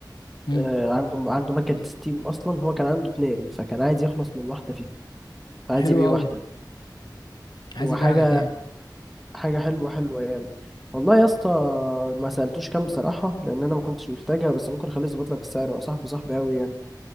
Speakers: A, on the left; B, in the centre.
A: امم
B: آه، عنده عنده مكنة ستيم اصلا هو كان عنده اتنين فكان عايز يخلص من واحدة فيهم عايز
A: حلو
B: يبيع
A: قوي
B: واحدة
A: عايز
B: وحاجة
A: يبقى على كام
B: حاجة حلوة حلوة يعني والله يا اسطى ما سألتوش كام بصراحة لأن أنا ما كنتش محتاجها بس ممكن أخليه يظبط لك السعر هو صاحبي صاحبي أوي يعني